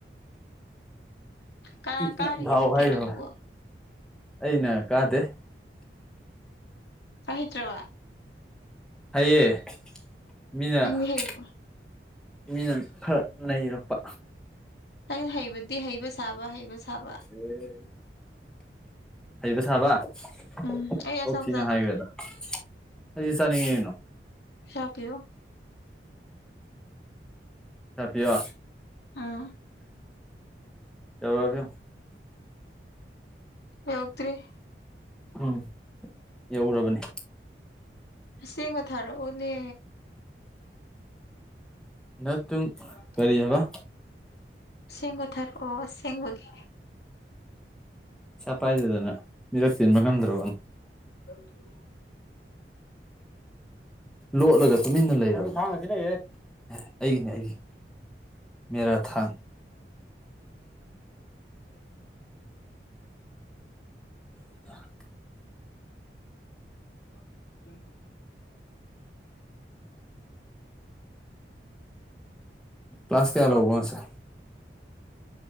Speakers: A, on the left; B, in the centre.
A: ꯀꯅꯥ
B: <unintelligible>
A: ꯀꯥꯔꯤꯒꯦ
B: ꯊꯥꯎ
A: ꯅꯪ
B: ꯍꯥꯏꯔꯣ
A: ꯀꯦꯔꯣꯟꯗꯨꯕꯣ
B: ꯑꯩꯅ ꯀꯥꯗꯦ
A: ꯄꯥꯏ ꯍꯩꯇ꯭ꯔꯥꯕ
B: ꯍꯩꯌꯦ ꯃꯤꯅ
A: ꯅꯪꯗꯤ ꯍꯩꯕ
B: ꯃꯤꯅ ꯈꯔ ꯅꯩꯔꯛꯄ
A: ꯑꯩ ꯍꯩꯕꯗꯤ ꯍꯩꯕ ꯁꯥꯕ ꯍꯩꯕ ꯁꯥꯕ
B: <unintelligible> ꯍꯩꯕ ꯁꯥꯕ ꯑꯣꯟꯊꯣꯛ
A: ꯎꯝ ꯑꯩ ꯑꯆꯥꯄꯣꯠ
B: ꯊꯤꯅ
A: ꯆꯥꯅꯤꯡꯉꯦ
B: ꯍꯥꯏꯈ꯭ꯔꯦꯗ ꯑꯩꯗꯤ ꯆꯥꯅꯤꯡꯉꯤ ꯀꯩꯅꯣ
A: ꯄꯩꯁꯥ ꯄꯤꯌꯣ
B: ꯄꯩꯁꯥ ꯄꯤꯌꯣ
A: ꯎꯝ
B: ꯌꯧꯔꯛꯑꯕ ꯌꯦꯡꯑꯣ
A: ꯌꯧꯛꯇ꯭ꯔꯤ
B: ꯎꯝ ꯌꯧꯔꯕꯅꯤ
A: ꯑꯁꯦꯡꯕ ꯊꯥꯔꯛꯑꯣꯅꯦ
B: ꯅꯠꯇꯨꯡ
A: <unintelligible>
B: ꯀꯔꯤ ꯍꯥꯏꯕ
A: ꯑꯁꯦꯡꯕ ꯊꯥꯔꯛꯑꯣ ꯑꯁꯦꯡꯕꯒꯤ
B: ꯄꯩꯁꯥ ꯄꯥꯏꯗꯗꯅ ꯃꯤꯔꯛ ꯇꯤꯟꯕ ꯉꯝꯗ꯭ꯔꯕꯅꯦ
A: <inaudible>
B: ꯂꯣꯠꯂꯒ ꯇꯨꯃꯤꯟꯅ ꯂꯩꯔꯕꯅꯦ ꯑꯩꯒꯤꯅꯦ ꯑꯩꯒꯤ ꯃꯦꯔꯥ ꯊꯥ <unintelligible>
A: <inaudible>
B: ꯀ꯭ꯂ꯭ꯂꯥꯁ ꯀꯌꯥꯂꯧꯕ ꯉꯁꯥꯏ